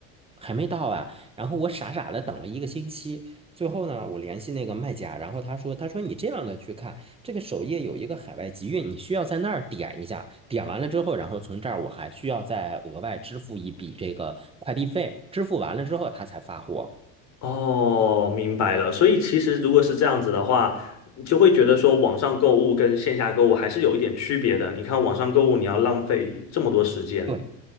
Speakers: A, on the right (about 15°); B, on the left (about 50°).
A: 还没到啊？然后我傻傻的等了一个星期，最后呢，我联系那个卖家，然后他说，他说你这样的去看，这个首页有一个海外集运，你需要在那儿点一下，点完了之后，然后从这儿我还需要再额外支付一笔这个快递费，支付完了之后他才发货。
B: 哦，明白了。所以其实如果是这样子的话，你就会觉得说网上购物跟线下购物还是有一点区别的。你看网上购物，你要浪费这么多时间。
A: 对。